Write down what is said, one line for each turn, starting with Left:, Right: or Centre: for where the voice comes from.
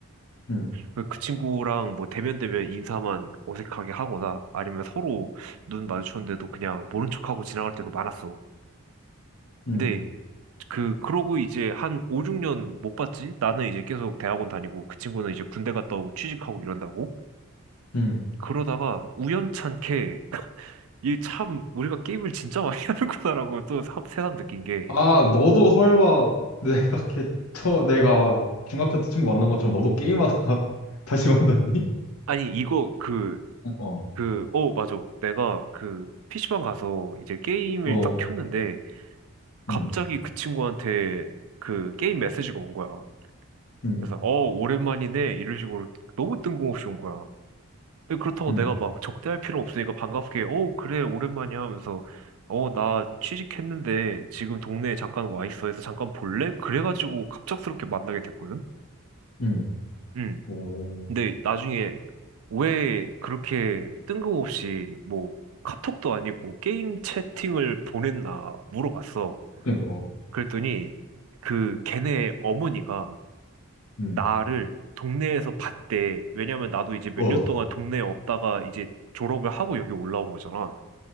Left: 응,
Right: 그그 친구랑 뭐 대면 대면 인사만 어색하게 하거나 아니면 서로 눈 마주쳤는데도 그냥 모른 척하고 지나갈 때도 많았어.
Left: 응,
Right: 근데 그 그러고 이제 한 5, 6년 못 봤지? 나는 이제 계속 대학원 다니고 그 친구는 이제 군대 갔다 오고 취직하고 이런다고.
Left: 응.
Right: 그러다가 우연찮게 이 참 우리가 게임을 진짜 많이 <laughs> 하는구나라고 또 사- 새삼 느낀 게
Left: 아, 너도 설마 <laughs> 내가 개, 처, 내가 중학교 때 친구 만난 것처럼 너도 게임하다가 <laughs> 다시 만났니?
Right: 아니 이거 그
Left: 어,
Right: 그, 어, 맞아. 내가 그 PC방 가서 이제 게임을
Left: 어,
Right: 딱 켰는데 갑자기
Left: 응,
Right: 그 친구한테 그 게임 메시지가 온 거야.
Left: 응,
Right: 그래서 어, 오랜만이네. 이런 식으로 너무 뜬금없이 온 거야. 근데 그렇다고
Left: 응,
Right: 내가 막 적대할 필요 없으니까 반갑게 어, 그래, 오랜만이야 하면서 어, 나 취직했는데 지금 동네에 잠깐 와 있어 해서 잠깐 볼래? 그래가지고 갑작스럽게 만나게 됐거든.
Left: 응.
Right: 응.
Left: 오,
Right: 근데 나중에 왜 그렇게 뜬금없이 뭐 카톡도 아니고 게임 채팅을 보냈나 물어봤어.
Left: 그러니까.
Right: 그랬더니 그 걔네 어머니가
Left: 응,
Right: 나를 동네에서 봤대. 왜냐면 나도 이제 몇
Left: 어.
Right: 년 동안 동네에 없다가 이제 졸업을 하고 여기 올라온 거잖아.